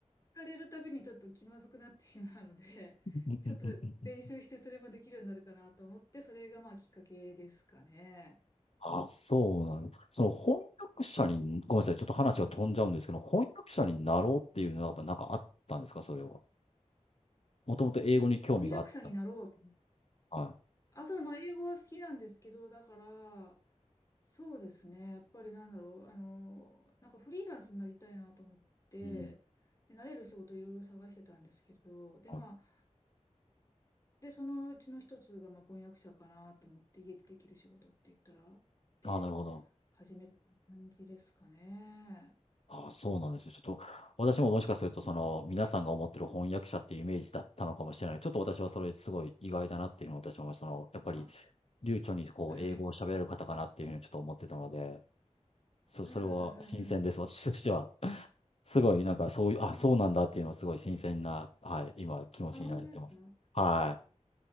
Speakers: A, on the left; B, on the left.
A: かれるたびにちょっと気まずくなってしまうので、
B: うんうんうんうん
A: ちょっと練習してそれもできるようになるかなと思って、それがまあきっかけですかね。
B: あ、そうなんです。その翻訳者に、ごめんなさい、ちょっと話が飛んじゃうんですけど、
A: そう
B: 翻訳者になろうっていうのはやっぱなんかあったんですか、それは。もともと英語に興味があった。
A: 翻訳者になろうと。
B: は
A: あ、そう、まあ、英語は好きなんですけど、だから、そうですね。やっぱりなんだろう、あの、なんかフリーランスになりたいなと思って、
B: い。うん。
A: で、慣れる仕事いろいろ探してたんですけど、で、
B: はい、
A: まあ、で、そのうちの一つが、まあ、翻訳者かなと思って、家でできる仕事って言ったら、で、
B: あ、なるほど。
A: 始めた感じですかね。
B: あ、そうなんですよ。ちょっと、私ももしかすると、
A: うん。
B: その、皆さんが思ってる翻訳者っていうイメージだったのかもしれない。ちょっと私はそれすごい意外だなっていうのを私は思います、その、やっぱり
A: あ、
B: 流暢にこう英語を喋れる方かなっていうふうにちょっと思ってたので、
A: はい。
B: そそれは新鮮です、
A: うんうんうんうん。
B: 私としては。<laughs> すごい、なんかそういう、あ、
A: あ、
B: そうなんだっていうのはすごい新鮮な、
A: うん
B: はい、今気持ちになってます。
A: あ本当ですか
B: は